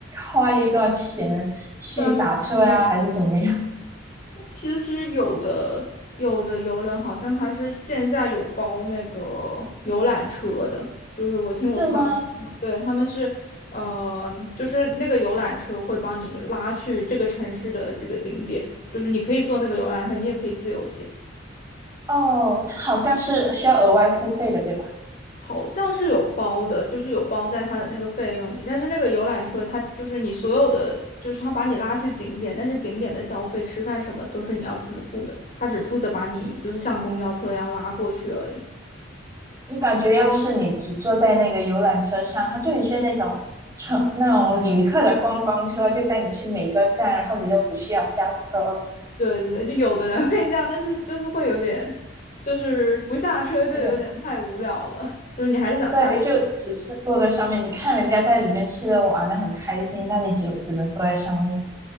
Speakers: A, on the right; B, on the left.
A: 花一个钱去打车呀、
B: 专门。去。
A: 还是怎么样，
B: 其实有的有的游轮好像它是线下有包那个游览车的，就是我听我朋友，
A: 是吗？
B: 对，他们是，呃，就是那个游览车会帮你拉去这个城市的几个景点，就是你可以坐那个游览车，你也可以自由行。
A: 哦，它好像是需要额外付费的，对吧？
B: 好像是有包的，就是有包在它的那个费用里。但是那个游览车，它就是你所有的，就是它把你拉去景点，但是景点的消费、吃饭什么都是你要自付的，它只负责把你就是像公交车一样拉过去而已。
A: 你感觉要是你只坐在那个游览车上，它就很像那种乘那种旅客的观光车，就带你去每一个站，然后你都不需要下车，
B: 对对对，就有的人会这样，但是就是会有点，就是不下车就有点太无聊了，
A: 因为
B: 就是你还是想下去。
A: 对，就只是坐在上面，你看人家在里面吃的玩的很开心，但你只有只能坐在上面。